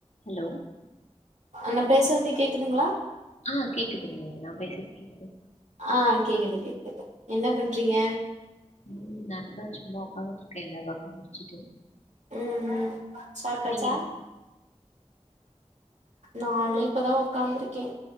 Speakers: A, on the left; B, on the right.
A: Hello
B: நா பேசுறது கேக்குதுங்ளா
A: ஆ கேக்குதுங்க நா பேசுறது கேக்
B: ஆ கேக்குது கேக்குது என்ன பண்றீங்க
A: ம் நா இப்பதா சும்மா உக்காந்துட்ருக்கே எல்லா ஒர்க்கும் முடிச்சுட்டு
B: ம் ம் சாப்டாச்சா
A: நீங்க என்ன
B: நானு இப்பதா உக்காந்துருக்கே